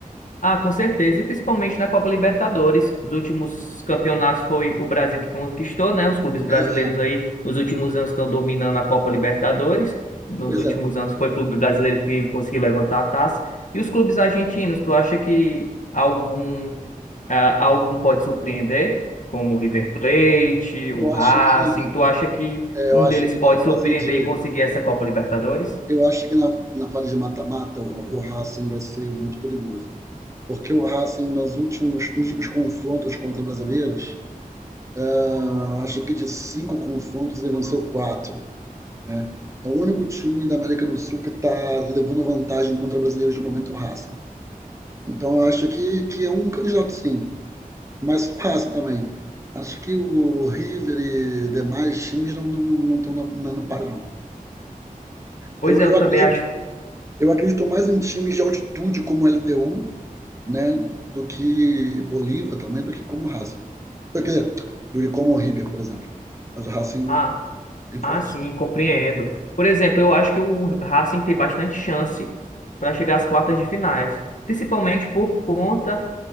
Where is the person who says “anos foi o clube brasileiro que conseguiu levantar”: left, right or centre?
Left